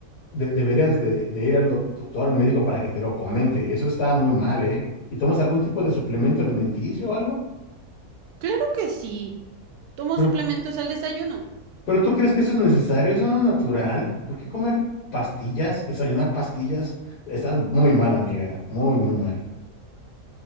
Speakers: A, on the left (about 85°); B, on the right (about 75°).
A: de- deberías de, de ir al doctor, al médico para que te lo comente. Eso está muy mal, ¿eh? ¿Y tomas algún tipo de suplemento alimenticio o algo?
B: Claro que sí. tomo
A: Pero,
B: suplementos al desayuno.
A: pero ¿tú crees que eso es necesario? ¿Eso no es natural? ¿Por qué comer pastillas? ¿Desayunar pastillas? Estás muy mal, amiga. Muy, muy mal.